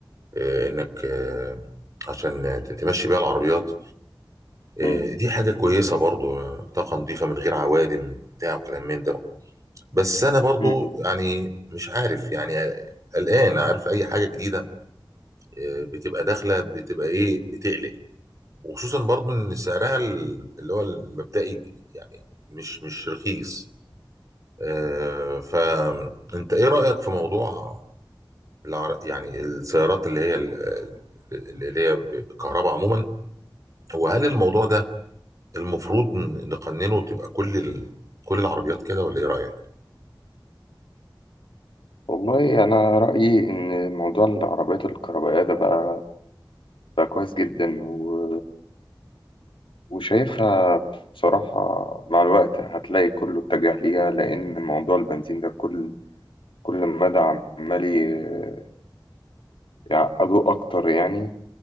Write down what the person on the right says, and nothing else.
آه، انك آه، عشان ت- تمشي بيها العربيات آه،
دي حاجه كويسه برضو آه، طاقه نظيفه من غير عوادم بتاع وكلام من ده بس انا برضو
يعني مش عارف يعني قلقان عارف اي حاجه جديده آه، بتبقى داخله بتبقى ايه بتقلق وخصوصا برضو ان سعرها ال- اللي هو المبدئي يعني مش مش رخيص آه، فانت ايه رايك في موضوع العر... يعني السيارات اللي هي ال- ال- اللي هي بالكهرباء عموما وهل الموضوع ده المفروض نقننه تبقى كل ال... كل العربيات كده ولا ايه رايك